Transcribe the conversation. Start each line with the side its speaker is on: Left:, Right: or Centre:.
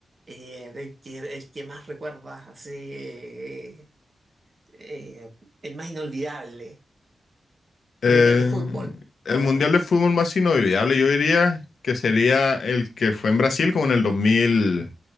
Right: Eh, del que- el que más recuerdas, así, eh, eh, el más inolvidable.
Left: eh,
Right: Mundial de fútbol,
Left: el
Right: obviamente.
Left: Mundial de Fútbol más inolvidable, yo diría que sería el que fue en Brasil como en el dos mil,